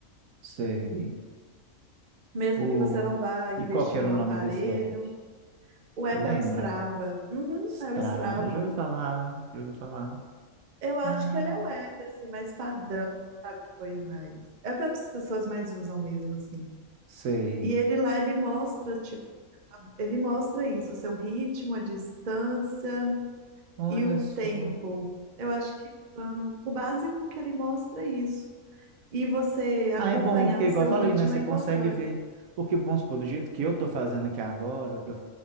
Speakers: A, on the right (about 80°); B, on the right (about 45°).
A: sei.
B: Mesmo
A: O...
B: que você não vá investir
A: E qual que era
B: num
A: o
B: aparelho.
A: nome desse app?
B: O
A: Você
B: app
A: lembra?
B: é o Strava. Uhum,
A: Strava,
B: é o Strava.
A: já ouvi falar, já ouvi falar.
B: Eu acho
A: Ah,
B: que ele é o app, assim, mais padrão, sabe? Foi o mais. É o que as pessoas mais usam mesmo, assim.
A: sei.
B: E ele lá, ele mostra, Ele mostra isso, o seu ritmo, a distância
A: Olha
B: e o
A: só.
B: tempo. Eu acho que o plano- o básico que ele mostra é isso. E você acompanhar
A: Ah, é bom, porque
B: o
A: igual
B: seu
A: eu falei,
B: ritmo
A: né? Você
B: é importante.
A: consegue ver. Porque, vamos supor, do jeito que eu tô fazendo aqui agora, que eu,